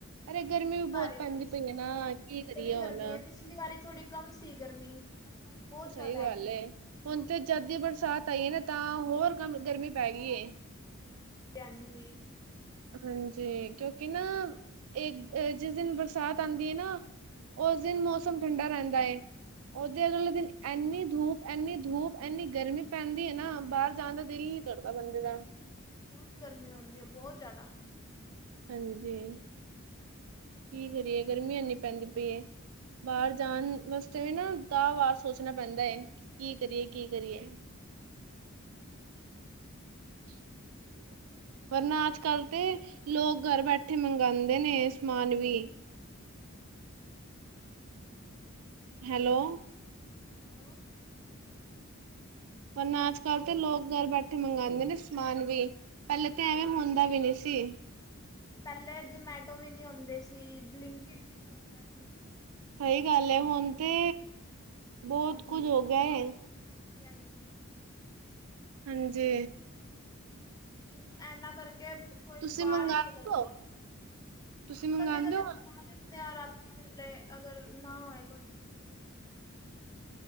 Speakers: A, on the right; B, on the left.
A: ਅਰੇ ਗਰਮੀ
B: ਪਿਛਲੀ
A: ਵੀ ਬਹੁਤ
B: ਵਾਰੀ
A: ਪੈਂਦੀ
B: ਗਏ ਸੀ।
A: ਪਈ ਏ ਨਾ,
B: ਹਾਂਜੀ
A: ਕੀ ਕਰੀਏ
B: ਬੜੀ
A: ਹੁਨ।
B: ਗਰਮੀ ਹੈ ਪਿਛਲੀ ਵਾਰੀ ਥੋੜੀ ਕਮ ਸੀ, ਗਰਮੀ। ਐਸ ਵਾਰੀ ਬਹੁਤ
A: ਸਹੀ
B: ਜ਼ਿਆਦਾ
A: ਗੱਲ
B: ਹੈਗੀ।
A: ਐ, ਹੁਣ ਤੇ ਜਦ ਦੀ ਬਰਸਾਤ ਆਈ ਏ ਨਾ, ਤਾਂ ਹੋਰ ਗਮ, ਗਰਮੀ ਪੈ ਗਈ ਏ‌।
B: ਹਾਂਜੀ-ਹਾਂਜੀ।
A: ਹਾਂਜੀ, ਕਿਉਕਿ ਨਾ, ਇੱਕ ਜਿਸ ਦਿਨ ਬਰਸਾਤ ਆਂਦੀ ਏ, ਨਾ ਉਸ ਦਿਨ ਮੌਸਮ ਠੰਡਾ ਰਹਿੰਦਾ ਏ, ਓਹਦੇ ਅਗਲੇ ਦਿਨ ਐਨੀ ਧੂਪ, ਐੰਨੀ ਧੂਪ ਐਂਨੀ ਗਰਮੀ ਪੈਂਦੀ ਏ ਨਾ, ਬਾਹਰ ਜਾਣ ਦਾ ਦਿਲ ਨੀ ਕਰਦਾ ਬੰਦੇ ਦਾ।
B: ਬਹੁਤ ਗਰਮੀ ਹੁੰਦੀ ਹੈ, ਬਹੁਤ ਜ਼ਿਆਦਾ।
A: ਹਾਂਜੀ,
B: ਹੋਰ
A: ਕੀ ਕਰੀਏ ਗਰਮੀ ਐਨੀ ਪੈਂਦੀ ਪਈਏ। ਬਾਹਰ ਜਾਣ ਵਾਸਤੇ ਵੀ ਨਾ, ਦਾਹ ਵਾਰ ਸੋਚਣਾ ਪੈਂਦਾ ਏ, ਕੀ ਕਰੀਏ, ਕੀ
B: ਹੂੰ
A: ਕਰੀਏ। ਹ <inaudible>
B: ਹੋਰ
A: ਪਰ ਨਾ ਅੱਜ-ਕੱਲ ਤੇ, ਲੋਕ ਘਰ ਬੈਠੇ ਮੰਗਾਂਦੇ ਨੇ ਸਮਾਨ ਵੀ।
B: ਹਾਂਜੀ, ਹਾਂ
A: ਹੈਲੋ।
B: ਹੈਲੋ!
A: ਪਰਨਾ ਅੱਜ-ਕੱਲ ਤੇ ਲੋਕ, ਘਰ ਬੈਠੇ ਮੰਗਾਂਦੇ ਨੇ, ਸਮਾਨ ਵੀ। ਪਹਿਲੇ ਤੇ, ਐਵੇਂ ਹੁੰਦਾ
B: ਹਾਂਜੀ-ਹਾਂਜੀ।
A: ਵੀ ਨਹੀਂ ਸੀ।
B: ਪਹਿਲੇ ਜਮੈਟੋ ਵੀ ਨਹੀਂ ਹੋਂਦੀ ਸੀ, ਬਲਿੰਕੀਟ ਵੀ ਨਹੀਂ ਹੋਂਦਾ ਸੀ।
A: ਸਹੀ ਗੱਲ ਐ ਹੁਣ ਤੇ, ਬਹੁਤ ਕੁਝ ਹੋਗਿਆ ਏ।
B: ਹਾਂਜੀ-ਹਾਂਜੀ।
A: ਹਾਂਜੀ!
B: ਹੁਣ, ਐਨਾਂ ਕਰਕੇ ਕੋਈ
A: ਤੁਸੀਂ
B: ਬਾਹਰ
A: ਮੰਗਵਾਦੇ
B: ਹੀ ਨਿਕਲਦਾ,
A: ਹੋ ਤੁਸੀਂ ਮੰਗਵਾਉਂਦੇ
B: ਕਦੇ-ਕਦੇ
A: ਹੋ
B: ਮੰਗਾ ਲੈਂਦੇ ਆ, ਰਾ ਵੇਲੇ ਅਗਰ ਨਾ ਹੋਵੇ ਕੋਈ ਚੀਜ਼ ਦੀ ਬੜੀ ਜ਼ਰੂਰਤ ਹੋਵੇ